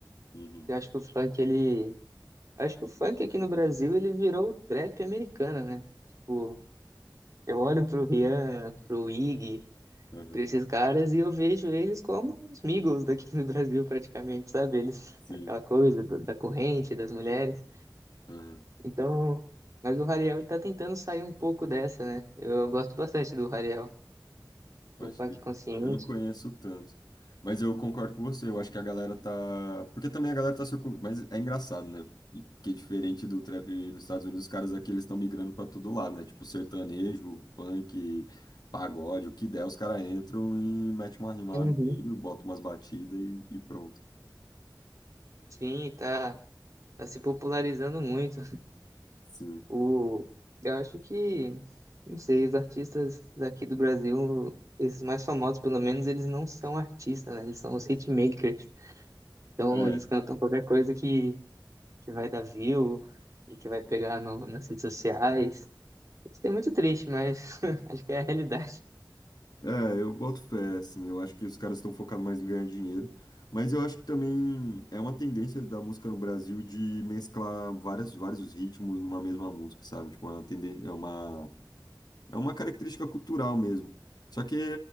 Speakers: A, on the left; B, on the right.
A: Uhum.
B: eu acho que o funk ele Acho que o funk aqui no Brasil ele virou o trap americano, né? Tipo, eu olho pro Rian, pro Ig,
A: Aham.
B: pra esses caras e eu vejo eles como os Migos daqui no Brasil, praticamente, sabe? Eles,
A: Sim.
B: aquela coisa do- da corrente, das mulheres.
A: Aham.
B: Então, mas o Hariel ele tá tentando sair um pouco dessa, né? Eu gosto bastante do Hariel, de
A: Acho
B: um funk
A: que
B: consciente.
A: eu não conheço tanto. Mas eu concordo com você, eu acho que a galera tá. Porque também a galera tá circulando. Mas é engraçado, né? E Que é diferente do trap nos Estados Unidos, os caras aqui eles estão migrando pra todo lado, né? Tipo, sertanejo, funk, pagode, o que der, os caras entram e metem uma rima
B: Uhum.
A: lá no meio, botam umas batidas e, e pronto.
B: Sim, tá, tá se popularizando muito.
A: Sim.
B: O, eu acho que, não sei, os artistas daqui do Brasil, esses mais famosos, pelo menos, eles não são artistas, né? Eles são os hitmakers. Então,
A: É.
B: eles cantam qualquer coisa que, que vai dar view e que vai pegar no, nas redes sociais. Isso é muito triste, mas <laughs> acho que é a realidade,
A: É, eu boto fé, assim, eu acho que os caras estão focados mais em ganhar dinheiro, mas eu acho que também é uma tendência da música no Brasil de mesclar várias, vários ritmos numa mesma música, sabe? Tipo, é uma tendência, é uma é uma característica cultural mesmo. Só que